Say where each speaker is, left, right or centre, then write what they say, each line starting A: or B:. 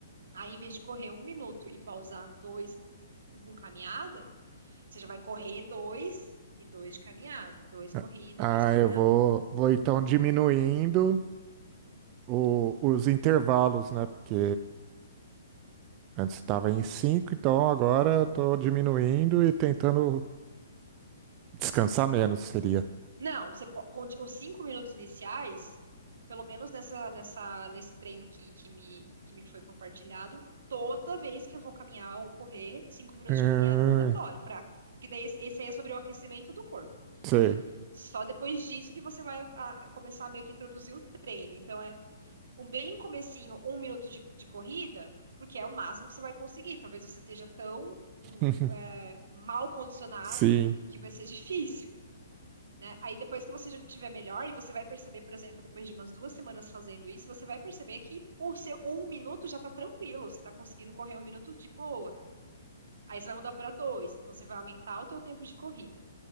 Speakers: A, on the right; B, on the right.
A: Aí, em vez de correr um minuto e pausar dois com caminhada, você já vai correr dois e dois de caminhada, dois
B: Ah,
A: corrida,
B: ah,
A: dois caminhada.
B: eu vou, vou então diminuindo o- os intervalos, né? Porque antes estava em cinco, então agora estou diminuindo e tentando Descansar menos seria.
A: Não, você po- conti- os cinco minutos iniciais, pelo menos nessa, nessa, nesse treino que, que me, que me foi compartilhado, toda vez que eu vou caminhar ou correr, cinco minutos
B: Hum,
A: de caminhada é mandatório, pra, porque daí esse esse aí é sobre o aquecimento do corpo.
B: sei.
A: Só depois disso que você vai ah, começar meio que a introduzir o treino. Então é um bem comecinho, um minuto de, de corrida, porque é o máximo que você vai conseguir. Talvez você esteja tão um,
B: <laughs>
A: é, mal condicionado
B: Sim,
A: que vai ser difícil né? Aí depois que você já tiver melhor, e você vai perceber, por exemplo, depois de umas duas semanas fazendo isso, você vai perceber que o seu um minuto já tá tranquilo, você tá conseguindo correr um minuto de boa. Aí você vai mudar para dois, então você vai aumentar o teu tempo de corrida.